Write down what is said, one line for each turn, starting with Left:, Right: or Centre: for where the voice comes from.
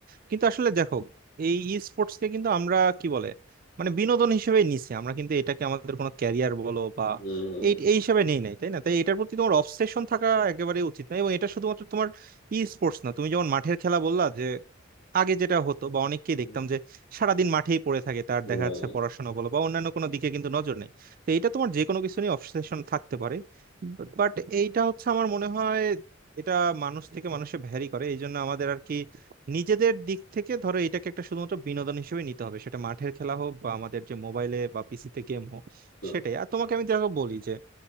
Right: কিন্তু আসলে দেখো এই ই স্পোর্টস কে কিন্তু আমরা কি বলে মানে বিনোদন হিসেবে নিছি আমরা কিন্তু এটাকে আমাদের কোনো ক্যারিয়ার বলো বা
Left: হুম
Right: এই এই হিসেবে নেই নাই তাই না তাই এটার প্রতি তোমার অবসেশন থাকা একেবারে উচিত না এবং এটা শুধুমাত্র তোমার ই স্পোর্টস না তুমি যেমন মাঠের খেলা বললা যে আগে যেটা হতো বা অনেককেই
Left: হুম
Right: দেখতাম যে সারাদিন মাঠেই পড়ে থাকে তার
Left: হুম
Right: দেখা যাচ্ছে পড়াশোনা বলো বা অন্যান্য কোনো দিকে কিন্তু নজর নেই তো এটা তোমার যে কোনো কিছু নিয়ে অবসেশন থাকতে পারে বাট এইটা হচ্ছে আমার মনে হয় এটা মানুষ থেকে মানুষে ভ্যারি করে এই জন্য আমাদের আর কি নিজেদের দিক থেকে ধরো এটাকে একটা শুধুমাত্র বিনোদন হিসেবে নিতে হবে সেটা মাঠের খেলা হোক বা আমাদের যে মোবাইলে বা পিসিতে গেম হোক
Left: হুম
Right: সেটাই আর তোমাকে আমি দেখো বলি যে